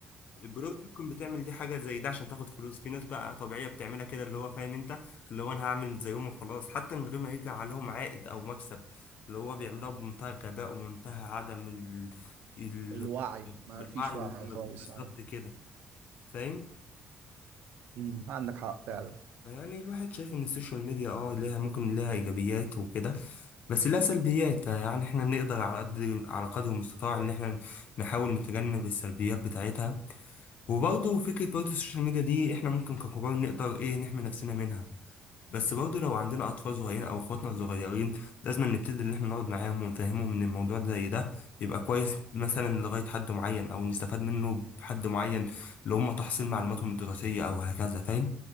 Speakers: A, on the left; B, on the right.
A: البنوك ممكن بتعمل دي حاجة زي ده عشان تاخد فلوس في ناس بقى طبيعية بتعملها كده اللي هو فاهم انت اللي هو انا هعمل زيهم وخلاص حتى من غير ما يجي عليهم عائد او مكسب اللي هو بيعملها بمنتهى الغباء ومنتهى عدم ال... ال...
B: فالوعي ما فيش
A: الوعي
B: وعي
A: اللي
B: خالص
A: هم بالظبط
B: يا عم
A: كده فاهم
B: مم، عندك حق فعلا
A: فيعني الواحد شايف ان السوشيال ميديا اه ليها ممكن ليها ايجابيات وكده بس لها سلبيات فيعني احنا نقدر على قد على قدر المستطاع ان احنا نحاول نتجنب السلبيات بتاعتها وبرضه فكرة برضه السوشيال ميديا دي احنا ممكن ككبار نقدر ايه نحمي نفسنا منها بس برضه لو عندنا أطفال صغيرين أو إخواتنا صغيرين لازم نبتدي إن احنا نقعد معاهم ونفهمهم إن الموضوع ده زي ده بيبقى كويس مثلا لغاية حد معين أو نستفاد منه بحد معين لو هم تحصيل معلوماتهم الدراسية أو هكذا فاهم